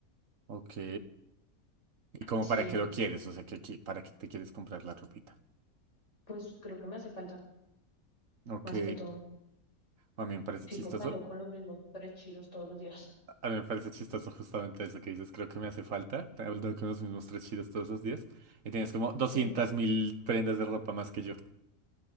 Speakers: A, on the right (about 70°); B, on the left (about 55°).
A: Ok. ¿Y como
B: Sí,
A: para qué lo quieres? O sea, que, que- ¿para qué te quieres comprar la ropita?
B: pues creo que me hace falta,
A: Ok.
B: más que todo.
A: A mí me parece
B: Sí,
A: chistoso.
B: porque ando con los mismos tres chiros todos los días. <laughs>
A: A mí me parece chistoso justamente eso que dices. Creo que me hace falta. Te Hablo con los mismos tres chidos todos los días. Y tienes como doscientas
B: Sí,
A: mil prendas de ropa más que yo.